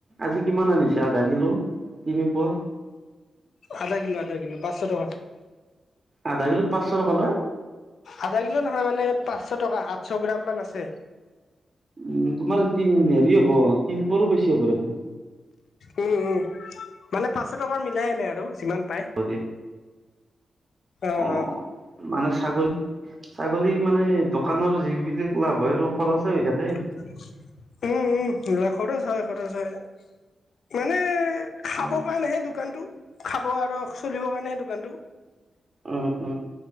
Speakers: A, on the right (about 35°); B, on the left (about 70°).
A: আজি কিমান আনিছা আধা কিলো। তিনিপোৱা
B: আধা কিলো আধা কিলো পাঁচশ টকাৰ।
A: আধা কিলোত পাঁচশ টকা লয়?
B: আধা কিলো নহয় মানে, পাঁচশ টকা আঠশ গ্ৰাম মান আছে।
A: উম, তোমাৰ তিন হেৰি হব তিন পৰো বেছি হব দেখোন।
B: উম উম। মানে পাঁচশ টকাৰ মিলাই আনে আৰু যিমান পায়
A: হব দিয়া।
B: অ
A: অহ,
B: অ
A: মানে ছাগলী ছাগলী মানে দোকানৰ যিবিলাক লাভ হয় আৰু খৰচে হৈ থাকে।
B: উম-উম লোৱা খৰচ হয় খৰচ হয় মানে খাব
A: অ
B: কাৰণেহে দোকানটো খাব আৰু চলিবৰ কাৰণেহে দোকানটো।
A: উম-উম